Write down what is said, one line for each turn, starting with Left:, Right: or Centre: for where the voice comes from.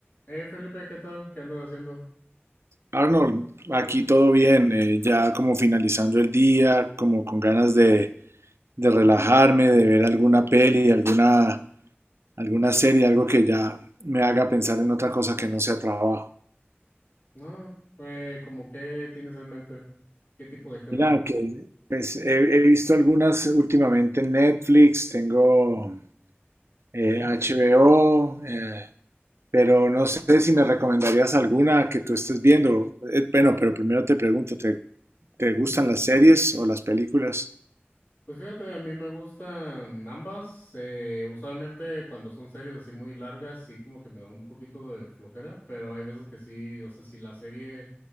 Left: Hey Felipe, ¿qué tal? ¿Qué andas haciendo?
Right: Arnold, aquí todo bien, eh, ya como finalizando el día, como con ganas de, de
Left: Ujú.
Right: relajarme, de ver alguna peli, alguna, alguna serie, algo que ya me haga pensar en otra cosa que no sea trabajo.
Left: No, eh, como qué tienes en mente, qué tipo de género.
Right: Mira, que pues, he, he visto algunas últimamente en Netflix, tengo eh,
Left: Ujú,
Right: HBO, eh, pero no sé si me recomendarías alguna que tú estés viendo. Eh, bueno, pero primero te pregunto, ¿te, te
Left: ujú.
Right: gustan las series o las películas?
Left: Pues fíjate, a mí me gustan ambas. eh, usualmente cuando son series así muy largas, sí como que me da un poquito de flojera, pero hay veces que sí, o sea, si la serie